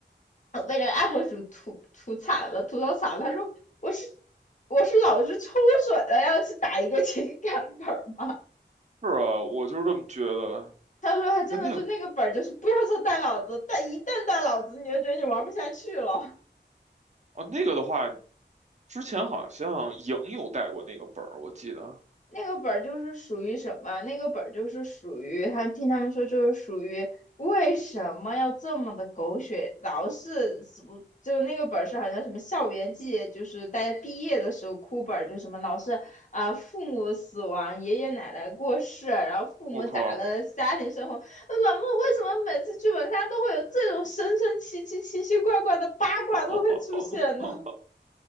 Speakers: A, on the left; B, on the right.
A: 我被那个 UP 主吐吐惨了，吐槽惨了。他说我是我是老是抽水了，要去打一个情感本儿吗？
B: 是啊，我就是这么觉得。
A: 他说他真的是那个本儿就是不要说带老子，
B: 哎，那个
A: 但一旦带老子，你就觉得你玩不下去了。
B: 哦，那个的话，之前好像莹有带过那个本儿，我记得。
A: 那个本儿就是属于什么？那个本儿就是属于，还听他们说就是属于为什么要这么的狗血？老是死不就那个本儿是好像什么校园季，就是大家毕业的时候哭本儿，就什么老是啊、父母死亡、爷爷奶奶过世，然后父母咋了，
B: 我靠，
A: 家庭生活，那怎么为什么每次剧本杀都会有这种神神奇奇、奇奇怪怪的八卦都会出现呢？
B: <laughs>